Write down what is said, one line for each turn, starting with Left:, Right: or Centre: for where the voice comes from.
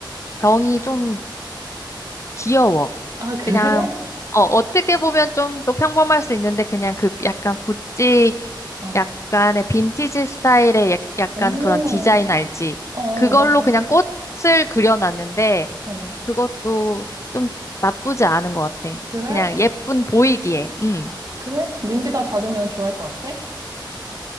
Left: 병이 좀 귀여워.
Right: 아, 그래?
Left: 그냥, 어, 어떻게 보면 좀 더 평범할 수 있는데, 그냥 그 약간 구찌,
Right: 어,
Left: 약간의 빈티지 스타일의 약- 약간
Right: 오,
Left: 그런 디자인 알지?
Right: 어, 어,
Left: 그걸로
Right: 나,
Left: 그냥 꽃을 그려놨는데,
Right: 어,
Left: 그것도 좀 나쁘지 않은 것 같아.
Right: 그래?
Left: 그냥 예쁜 보이기에, 음.
Right: 그래? 민지가 받으면 좋아할 것 같아?